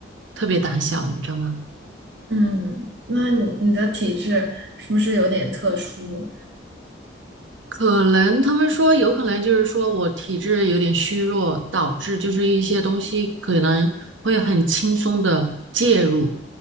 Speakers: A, on the right; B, on the right.
A: 特别胆小，你知道吗？
B: 嗯，那你你的体质是不是有点特殊？
A: 可能他们说有可能就是说我体质有点虚弱，导致就是一些东西可能会很轻松的介入。